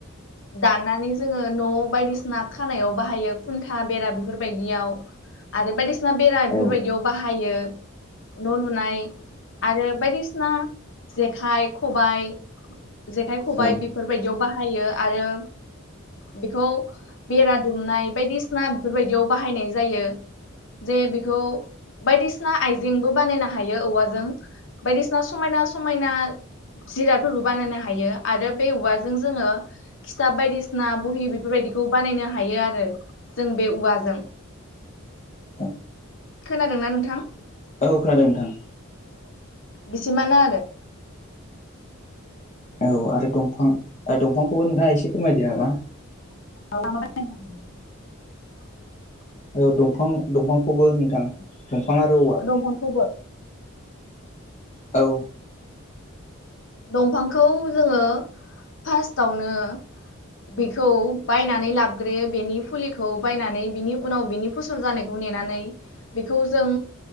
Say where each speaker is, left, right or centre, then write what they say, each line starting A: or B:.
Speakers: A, on the left; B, on the left.
A: बारनानै जोंङो न' बायदिसिना खानायाव बाहायो।। खुन्था बेरा बेफोरबायदियाव आरो बायदिसिना बेरा बेफोरबायदियाव
B: औ
A: बाहायो। न' लुनाय आरो बायदिसिना जेखाइ, खबाइ जेखाइ खबाइ
B: औ
A: बेफोरबायदियाव बाहायो। आरो बेखौ बेरा दुमनाय बायदिसिना बेफोरबायदियाव बाहायनाय जायो। जे बेखौ बायदिसिना आइजेंबो बानायनो हायो औवाजों। बायदिसिना समायना समायना जिरादफोरबो बानायनो हायो। छआरो बे औवाजों जोङो खिथाब बायदिसिना बहि बेफोरबायदि खौ बानायनो हायो आरो जों बे औवाजों।
B: औ
A: खोनादोंना नोंथां?
B: औ खोनादों नोंथां।
A: बेसिमानो आरो।
B: औ आरो दंफां दंफांखौबो नोंथाङा एसे फोरमायदो नामा?
A: <unintelligible>
B: औ दंफां दंफांखौबो नोंथां। दंफां आरो औवा
A: दंफांखौबो
B: औ
A: दंफांखौ जोङो फार्स्टावनो बेखौ बायनानै लाबग्रोयो। बेनि फुलिखौ बायनानै बिनि उनाव बेनि फसल जानायखौ नेनानै बेखौ जों